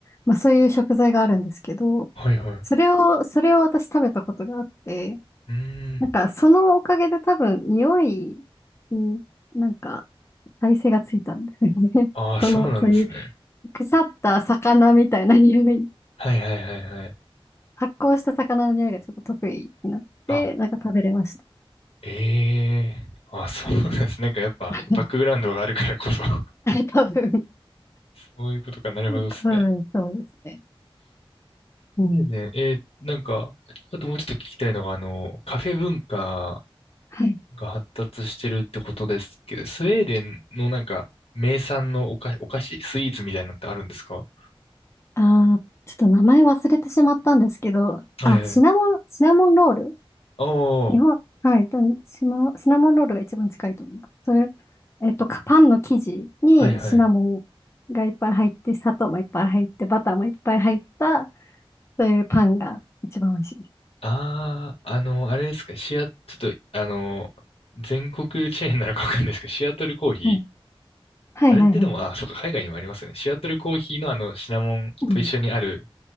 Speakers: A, on the left; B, on the left.
A: まあ、そういう食材があるんですけど、
B: はいはい。
A: それを、それを私食べたことがあって、
B: うーん。
A: なんか、そのおかげで多分、匂いに、なんか、耐性がついたんですよね。<laughs>
B: ああ、
A: その、
B: そうなんですね。
A: そういう腐った魚みたいな匂い。
B: はいはいはいはい。
A: 発酵した魚の匂いがちょっと得意になって、
B: あ、
A: なんか食べれました。
B: ええーあ、そうなんです。なんかやっぱバックグラウンドがあるからこそ
A: <laughs>
B: <laughs>
A: 多分、
B: そういうことか。なるほどですね。
A: 多分そうですね。
B: スウェーデン、
A: うん。
B: えーなんか、あともうちょっと聞きたいのが、あの、カフェ文化
A: はい。
B: が発達してるってことですけど、スウェーデンのなんか、名産のお菓、お菓子、スイーツみたいなのってあるんですか
A: ああちょっと名前忘れてしまったんですけど、
B: はいはい。
A: あ、シナモン、シナモンロール
B: おー、
A: 日本、はい、多分シナ、シナモンロールが一番近いと思います。それ、えっと、かパンの生地にシナモンがいっぱい入って、
B: はいはい。
A: 砂糖もいっぱい入って、バターもいっぱい入った、そういうパンが一番美味しいです。
B: あー、あの、あれですか、シア、ちょっと、あの、全国チェーンなのかわかんないですけど、シアトルコーヒー
A: うんはいはいはい。
B: あれってでも、あ、そうか、海外にもありますよね。シアトルコーヒーのあのシナモンと一緒にある、
A: うん